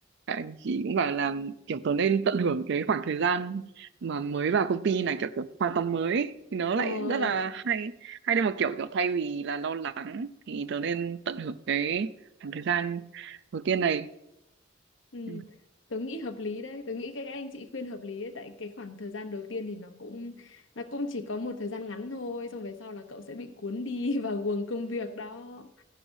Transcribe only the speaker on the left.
Ờ,
ừ,
tớ nghĩ hợp lý đấy, tớ nghĩ các anh chị khuyên hợp lý đấy, tại cái khoảng thời gian đầu tiên thì nó cũng nó cũng chỉ có một thời gian ngắn thôi, xong về sau là cậu sẽ bị cuốn đi <laughs> vào guồng công việc đó,